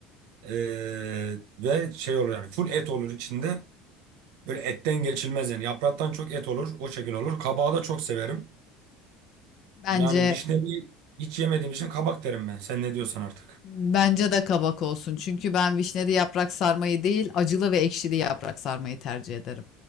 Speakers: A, on the right; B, on the left.
A: Ee, ve şey olur yani full et olur içinde. Böyle etten geçilmez yani. Yapraktan çok et olur. O şekil olur. Kabağı da çok severim.
B: Bence
A: Yani vişneyi hiç yemediğim için kabak derim ben. Sen ne diyorsan artık.
B: bence de kabak olsun. Çünkü ben vişneli yaprak sarmayı değil, acılı ve ekşili yaprak sarmayı tercih ederim.